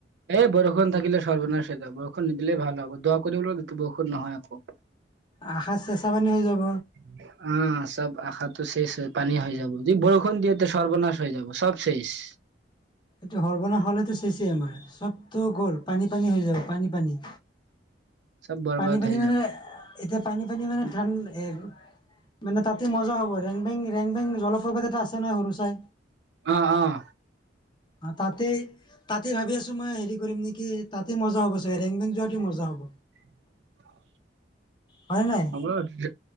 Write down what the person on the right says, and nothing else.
এই বৰষুণ থাকিলে সৰ্বনাশ হৈ যাব। বৰষুণ নিদিলে ভাল হব দোৱা কৰিবলো বৰষুণ নহয় আকৌ। <inaudible>
<unintelligible> অ চব আশাতটো শেষ হৈ পানী হৈ যাব। য বৰষুণ দিয় সৰ্বনাশ হৈ যাব সব শেষ।
চব বৰবাদ
হৈ
যাব
অঁ অঁ।
<inaudible>
সময়তকে।